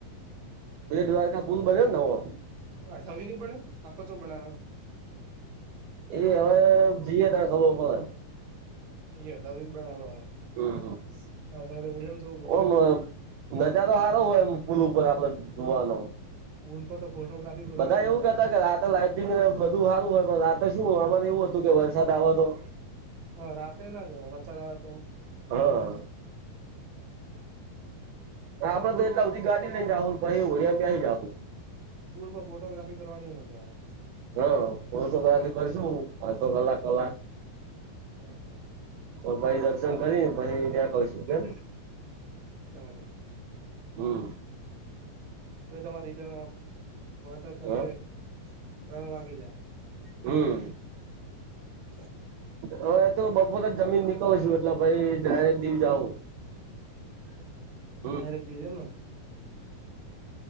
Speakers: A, on the right (about 80°); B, on the right (about 65°).
A: બેડ દ્વારકા પુલ બન્યો ને નવો.
B: અડધઉ નહ બન્યો આખો ચો બણ્યો
A: એ હવે જઈએ તાણ ખબર પડે
B: એ અડધા બ્રિજ બનાલો હ અડધા હોડિયામાં
A: પડે
B: જવું પડેઆમ જવું
A: ઓમ
B: પડે
A: નજારો હારો હોય એમ પુલ ઉપર આપડ જોવાનો
B: પુલ તો તો ફોટોગ્રાફી કરવાની
A: બધા એવું
B: મજા
A: કેતા
B: આવે
A: કે રાતે લાટિંગ બધું હારું હોય પણ રાતે શું હવામાન એવું હતું કે વરસાદ આવો તો
B: હ રાતે ના જવાય વરસાદ આવ તો
A: હા
B: અને
A: આપડે
B: પુલ
A: તો
B: પર
A: એટલા
B: ફો
A: સુધી ગાડી લઈને જાવ ને પહિ હોળીમાં બેહી જાવું.
B: પૂલ પર ફોટોગ્રાફી કરવાની મજા આવે
A: હ ફોટોગ્રાફી કરીશું અડધો કલાક કલાક
B: હમ હમ
A: તો ભાઈ દર્શન કરીને પછી ત્યાં પહોંચશું કેમ
B: ચાલો
A: હા
B: તો એ તમારા રિટર્ન વળતર થતા
A: હ
B: ત્રણ વાગી જાય
A: હું
B: ચાલ
A: હવે એ તો બપોર જમીન નીકળ છુ એટલે ભાઈ ડાયરેક્ટ દીવ જાવ <unintelligible>
B: ડાયરેક્ટ દીવ માં